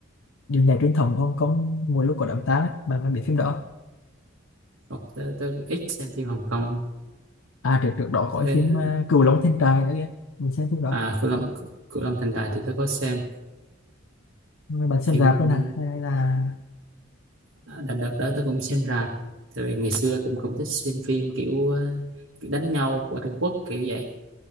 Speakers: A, on the left; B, on the right.
A: điều nhảy truyền thống của Hồng Kông mỗi lúc có đám tang ấy bạn bạn biết phim đó không?
B: Ồ, tớ, tớ ít xem phim Hồng Kông
A: à trước trước đó có
B: thế
A: cái phim à, Cửu Long Thiên Trại nữa kìa mình xem phim đó
B: à Cửu Long Cửu Long Thành Đại thì tớ có xem
A: mà bạn xem
B: phim
A: rạp
B: nó
A: luôn
B: cũng
A: hả hay là
B: Đó, đợt đợt đó tôi cũng xem rạp tại vì ngày xưa cũng cũng thích xem phim kiểu, ờ, kiểu đánh nhau của Trung Quốc kiểu vậy